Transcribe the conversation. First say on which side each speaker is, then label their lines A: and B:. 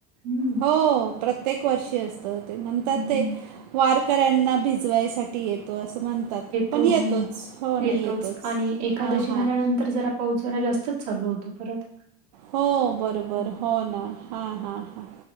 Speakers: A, on the right (about 60°); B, on the right (about 85°).
A: हं.
B: हो प्रत्येक वर्षी असतं ते म्हणतात
A: हं.
B: ते वारकऱ्यांना भिजवायसाठी येतो असं म्हणतात. पण
A: तो
B: येतोच
A: हो
B: हो
A: येतोच
B: ना
A: आणि एकादशी
B: हां हां
A: झाल्यानं तर जरा पाऊस जरा जास्तच चालू होतो परत.
B: हो बरोबर
A: हं,
B: हो ना हा हा हा.